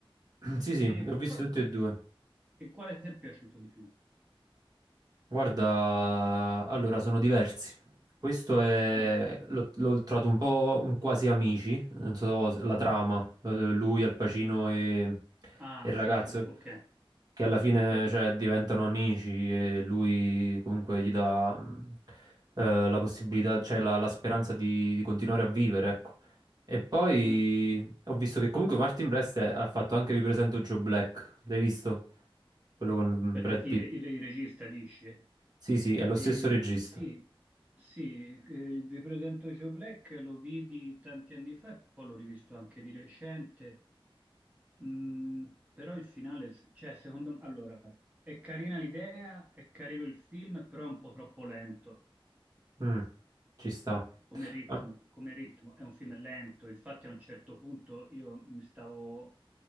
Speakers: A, on the right; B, on the right.
A: <clears throat> Sì, sì,
B: e,
A: li ho visti
B: qua-
A: tutti e due.
B: e quale ti è piaciuto di più?
A: Guarda, allora sono diversi. Questo è,
B: Mm.
A: l'ho l'ho trovato un po' un quasi amici, non so se- la trama, eh, lui, Al Pacino e,
B: Ah,
A: e il
B: sì,
A: ragazzo,
B: sì, ok.
A: che alla fine
B: Sì.
A: cioè, diventano amici e lui comunque gli dà mh, eh, la possibilità, cioè la, la speranza di, di continuare a vivere, ecco. E poi
B: Mm.
A: ho visto che comunque Martin Brest è- ha fatto anche Vi presento Joe Black, l'hai visto? Quello con
B: Aspetta,
A: Brad
B: chi
A: Pitt.
B: il, il regista dice?
A: Sì, sì, è lo
B: Eh,
A: stesso regista.
B: sì, sì, eh, vi presento Joe Black, lo vidi tanti anni fa e poi l'ho rivisto anche di recente. Mm, però il finale, s- cioè, secondo me, allora, è carina l'idea, è carino il film, però è un po' troppo lento.
A: Mm, ci sta.
B: Come ritmo,
A: Ah,
B: come ritmo, è un film lento, infatti a un certo punto io mi stavo,